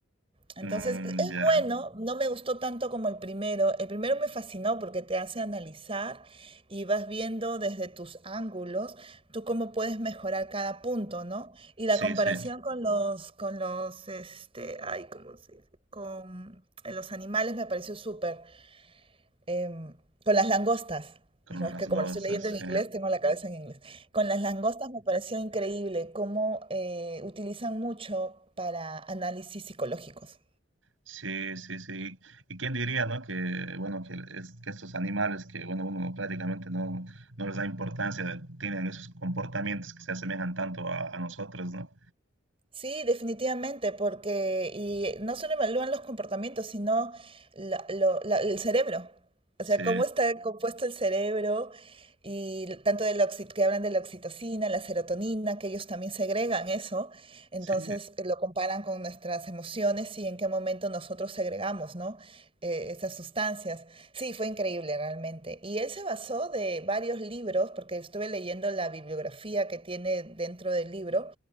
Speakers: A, on the right (about 30°); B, on the right (about 80°).
A: Entonces,
B: Mm,
A: es
B: ya.
A: bueno, no me gustó tanto como el primero. El primero me fascinó porque te hace analizar y vas viendo desde tus ángulos tú cómo puedes mejorar cada punto, ¿no? Y la
B: Sí,
A: comparación
B: sí.
A: con los, con los, este, ay, ¿cómo se dice? Con eh, los animales me pareció súper. Em, con las langostas.
B: Con
A: ¿no? Es
B: las
A: que
B: cosas.
A: como lo estoy leyendo en inglés,
B: sí.
A: tengo la cabeza en inglés. Con las langostas me pareció increíble cómo eh, utilizan mucho para análisis psicológicos.
B: Sí, sí, sí. ¿Y quién diría, no? Que, bueno, que, es- que estos animales que, bueno, uno prácticamente no, no les da importancia, tienen esos comportamientos que se asemejan tanto a, a nosotros, ¿no?
A: Sí, definitivamente, porque y no solo evalúan los comportamientos, sino la- lo- la- el cerebro. O
B: Sí,
A: sea, cómo está compuesto el cerebro y l- tanto de la oxi- que hablan de la oxitocina, la serotonina, que ellos también segregan eso. Entonces
B: sí,
A: eh, lo comparan con nuestras emociones y en qué momento nosotros segregamos, ¿no? Eh, esas sustancias. Sí, fue increíble realmente. Y él se basó de varios libros, porque estuve leyendo la bibliografía que tiene dentro del libro